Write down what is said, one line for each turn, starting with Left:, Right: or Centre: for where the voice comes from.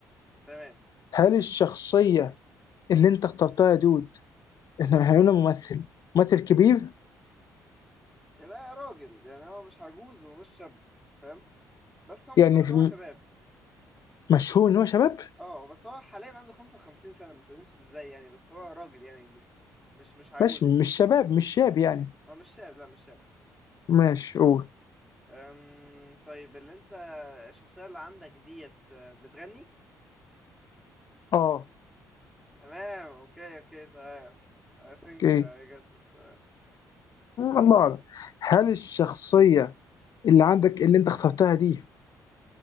Centre: تمام
Left: هل الشخصيه اللي انت اخترتها يا دود انه هيكون ممثل ممثل كبير
Centre: لا راجل يعني هو مش عجوز ومش شاب فاهم بس هو مشهور
Left: يعني
Centre: ان
Left: في
Centre: هو شباب
Left: مشهور ان هو شباب؟
Centre: اه بس هو حاليا عنده 55 سنة ما تسألنيش ازاي يعني بس هو راجل يعني كبير مش مش عجوز
Left: ماشي
Centre: يعني
Left: مش شباب مش شاب يعني
Centre: هو مش شاب لا مش شاب
Left: ماشي قول
Centre: أم... طيب اللي انت الشخصية اللي عندك ديت آه، بتغني
Left: اه
Centre: تمام اوكي اوكي تمام I think
Left: اوكي
Centre: I got it تمام.
Left: الله اعلم هل الشخصيه اللي عندك اللي انت اخترتها دي